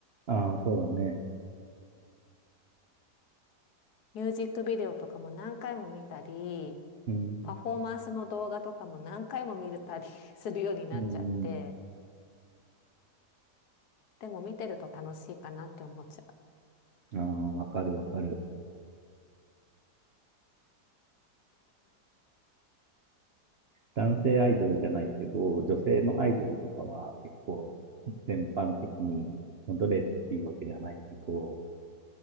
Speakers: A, on the right; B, on the left.
A: ああ、そうだね。
B: ミュージックビデオとかも何回も見たり、
A: うん、
B: パフォーマンスの動画とかも何回も見れたり <laughs> するようになっちゃって、
A: うん、
B: でも見てると楽しいかなって思っちゃ
A: うん、ああ、わかるわかる。男性アイドルじゃないけど、女性のアイドルとかは結構全般的に、まあどれっていうわけじゃないけど、